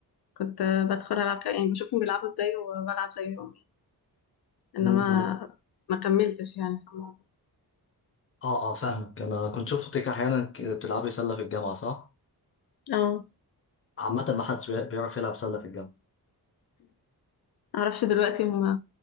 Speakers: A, on the left; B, on the left.
A: كنت آه، بدخل العب كده يعني بشوفهم بيلعبوا ازاي وبلعب زيهم انما
B: م- م.
A: ما كملتش يعني في الموضوع
B: آه آه فاهمك أنا كنت شفتك أحيانا ك- بتلعبي سلة في الجامعة صح؟
A: اه
B: عامة ما حدش بي- بيعرف يلعب سلة في الجامعة
A: <clears throat> معرفش دلوقتي هم